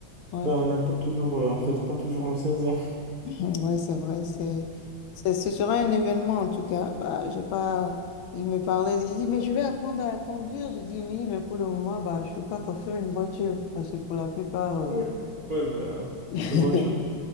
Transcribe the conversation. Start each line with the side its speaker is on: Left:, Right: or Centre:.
Left: Ouais,
Right: Ben, on n'a pas toujours, euh, en fait, pas toujours nos seize ans.
Left: <laughs> <clears throat> ouais, c'est vrai. C'est, c'est- ce sera un événement en tout cas. Bah, j'ai pas. Il me parlait. Il dit, mais je vais apprendre à conduire. Je dis oui, mais pour le moment, bah, je peux pas t'offrir une voiture parce que pour la plupart. euh,
Right: <laughs> Ouais, ben,
Left: <laughs>
Right: une voiture,